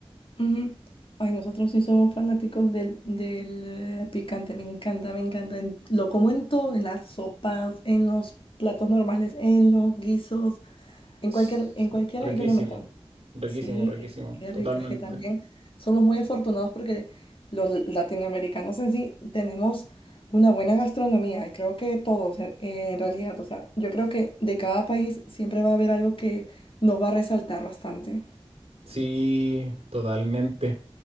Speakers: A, on the left (about 60°); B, on the right (about 70°).
A: Ujú. Ay, nosotros sí somos fanáticos del, del eh, picante, me encanta, me encanta. En- lo como en todo, en las sopas, en los platos normales, en los guisos, en
B: Ts-
A: cualquier, en cualquiera
B: Riquísimo,
A: yo lo meto.
B: riquísimo,
A: Sí,
B: riquísimo,
A: qué
B: totalmente.
A: rico. Es que también somos muy afortunados porque los latinoamericanos en sí tenemos una buena gastronomía y creo que todos eh, en realidad, o sea, yo creo que de cada país siempre va a haber algo que nos va a resaltar bastante.
B: Sí, totalmente.